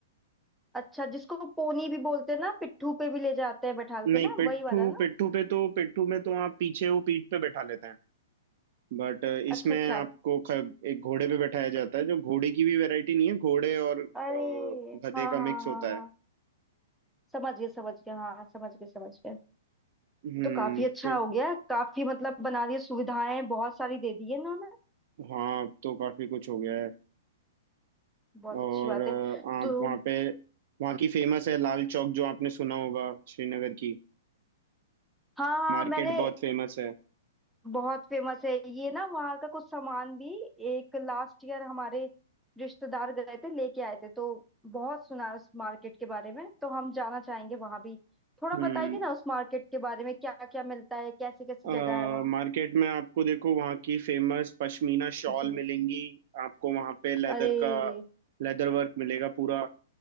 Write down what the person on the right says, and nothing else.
नहीं
पिट्ठू
पिट्ठू पे तो पिट्ठू में तो आप पीछे वो पीठ पे बैठा लेते हैं बट इसमें
आपको ख, एक घोड़े पे बैठाया जाता है जो घोड़े की भी वैरायटी नहीं है घोड़े और अ,
गधे
का
मिक्स
होता
है
हम्म
फिर
हाँ अब तो काफी कुछ हो गया है
और
अ,
आप
वहाँ पे वहाँ की फेमस है लाल चौक जो आपने सुना होगा श्रीनगर की
मार्केट
बहुत फेमस है
हम्म
अ,
मार्केट में आपको देखो वहाँ की फेमस पश्मीना शॉल
मिलेंगी आपको वहाँ पे लेदर
का लेदर वर्क मिलेगा पूरा